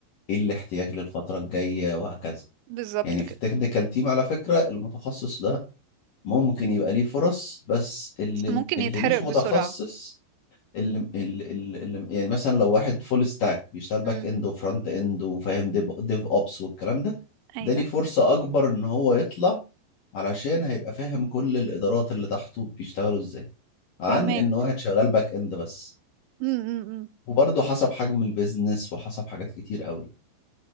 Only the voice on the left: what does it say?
ايه الاحتياج للفترة الجاية وهكذا
يعني في
التكنيكال تيم على فكرة المتخصص ده ممكن يبقى ليه فرص بس اللي
اللي
مش
متخصص اللي اللي اللي اللي- يعني مثلا لو واحد فول ستاك بيشتغل باك
اند وفرونت اند وفاهم ديف ديف اوبس والكلام ده
ده ليه فرصة اكبر ان هو يطلع علشان هيبقى فاهم كل الادارات اللي تحته بيشتغلوا ازاي عن
ان واحد شغال باك اند بس
وبرضه حسب حجم البيزنس وحسب حاجات كتير قوي